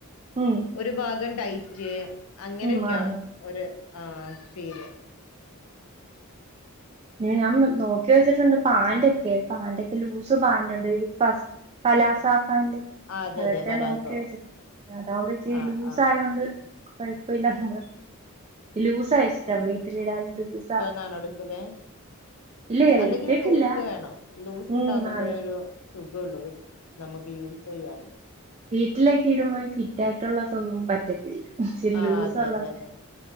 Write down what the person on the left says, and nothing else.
ഒരു ഭാഗം ടൈറ്റ്. അങ്ങനെയൊക്കെയാ
ഒര് ആ ഫീല്
ആഹ് അതെ
അതെ പലാസോ
ആഹ്
ആഹ്
നാണോഎടുക്കല്
അല്ലെങ്കില്
ലൂസ് വേണം ലൂസ്
ഉണ്ടാകുമ്പോഴെ
ഒരു സുഖോള്ളൊര് നമുക്ക് യൂസ് ചെയ്യാന്
ആ
അതെ അതെ അതെ